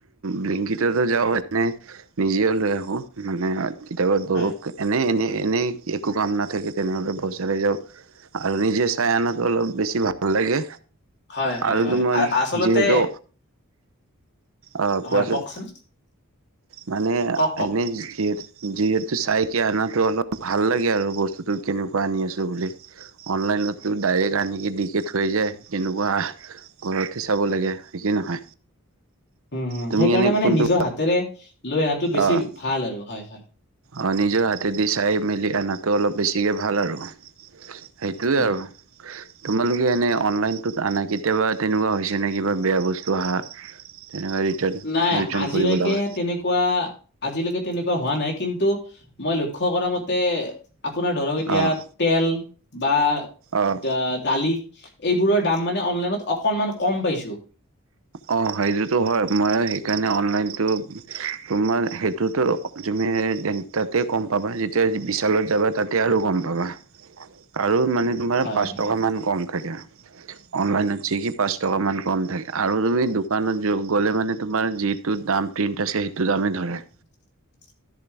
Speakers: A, on the right; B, on the left.
A: ব্লিংকিতটো যাওঁ এনে নিজেও লৈ আহোঁ মানে। কেতিয়াবা ধৰক
B: হয়
A: এনে এনে। এনেই, একো কাম নাথাকে তেনেহলে <unintelligible> যাও আৰু নিজে চাই আনাটো অলপ বেছি ভাল লাগে
B: হয় হয়
A: আৰু
B: হয়
A: তোমাৰ
B: আচলতে
A: যিহেতু অ কোৱাচোন,
B: হয় কওকচোন
A: মানে
B: কওক কওক
A: এনে যিহেত যিহেতু চাইকে অনাতো অলপ ভাল লাগে আৰু বস্তুটো কেনেকুৱা আনি আছো বুলি। অনলাইনততো ডাইৰেক্ট আনিকে দিকে থৈ যায়, কেনেকুৱা ঘৰতহে চাব লাগে। সিকেই নহয়।
B: উম,
A: তুমি
B: সেইকাৰণে
A: এনে
B: মানে
A: কোনটো
B: নিজৰ হাতেৰে লৈ অহাটো বেছি
A: অ',
B: ভাল আৰু হয়, হয়।
A: অ নিজৰ হাতেদি চাই-মেলি অনাটো অলপ বেছিকে ভাল আৰু। সেইটোৱে
B: উম
A: আৰু। তোমালোকে এনে অনলাইনততো আনা কেতিয়াবা তেনেকুৱা হৈছে নে কিবা বেয়া বস্তু আহা? তেনেকুৱা ৰিটাৰ্ণ
B: নাই
A: ৰিটাৰ্ণ
B: আজিলৈকে
A: কৰিব লগা
B: তেনেকুৱা, আজিলৈকে তেনেকুৱা হোৱা নাই, কিন্তু মই লক্ষ্য কৰা মতে আপোনাৰ ধৰক এতিয়া
A: অ',
B: তেল বা
A: অ'।
B: ড দালি এইবোৰৰ দাম মানে অনলাইনত অকনমান কম পাইছো।
A: অ সেইতো হয়, মই সেইকাৰণে অনলাইনটো তোমাৰ সেইটোতো তুমি তাতে ক'ম পাবা যেতিয়া বিশালত যাবা তাতে আৰু গম পাবা, আৰু মানে তোমাৰ
B: হয়
A: পাঁচ
B: এনেকে
A: টকা মান কম থাকে, অনলাইনত চিকি পাঁচ টকা মান কম থাকে। আৰু তুমি দোকানত য গলে মানে তোমাৰ যিটো দাম প্ৰিণ্ট আছে সেইটো দামে ধৰে।
B: <inaudible>